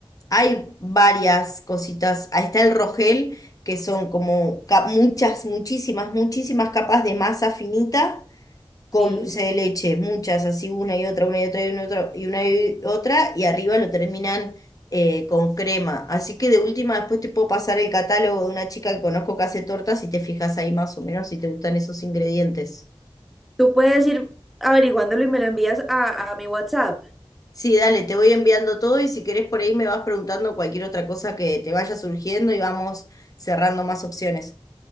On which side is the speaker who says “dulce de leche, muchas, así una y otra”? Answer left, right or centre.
Left